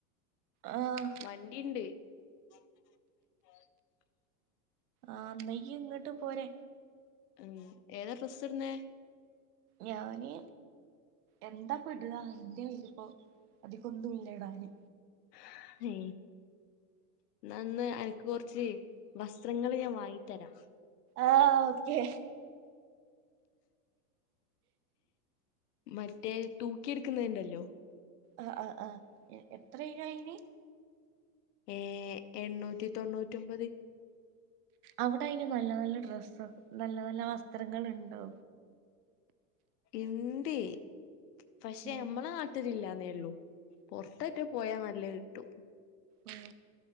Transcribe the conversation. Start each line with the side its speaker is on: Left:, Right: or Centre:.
Right: ആഹ്
Left: വണ്ടി ഒണ്ട് <unintelligible>
Right: ആ അന്നഈയ് ഇങ്ങോട്ട് പോരെ
Left: ഉം ഏതാ ഡ്രസ്സ് ഇടുന്നേ
Right: ഞാന് എന്താ <inaudible> എനിക്കൊന്നുമില്ല ഇടാന്
Left: ഹ എന്ന അനക്ക് കുറച്ച് വസ്ത്രങ്ങൾ ഞാൻ വാങ്ങി തരാം
Right: ആ ഓക്കെ
Left: മറ്റേ തൂക്കിടുക്കുന്നണ്ടല്ലോ
Right: ആ ആ ആ എത്രയ ഇനി
Left: ഏ എണ്ണൂറ്റി തൊണ്ണൂറ്റോമ്പത്
Right: അവിടെ അയിന് നല്ല നല്ല ഡ്രെസ്സ് നല്ല നല്ല വസ്ത്രങ്ങൾ ഉണ്ടോ
Left: ഇണ്ട് പക്ഷെ
Right: ഉം
Left: നമ്മടെ നാട്ടില ഇല്ലാന്നേ ഉള്ളു പുറത്തൊക്കെ പോയാ നല്ലയ് കിട്ടും
Right: ഉം